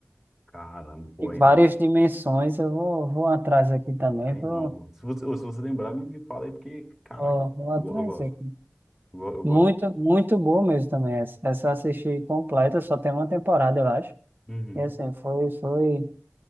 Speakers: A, in the centre; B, on the right.
A: caramba, pô,
B: Em
A: aí
B: várias
A: não.
B: dimensões, eu vou, vou atrás aqui também,
A: Aí
B: vou,
A: não, pô. Se você, se você lembrar, me, me fala aí, porque, caraca,
B: vou,
A: eu,
B: vou atrás
A: go- eu gosto.
B: aqui.
A: Eu, go- eu
B: Muito,
A: gosto.
B: muito boa mesmo também essa. Essa eu assisti completa, só tem uma temporada, eu acho.
A: Uhum.
B: E assim, foi, foi,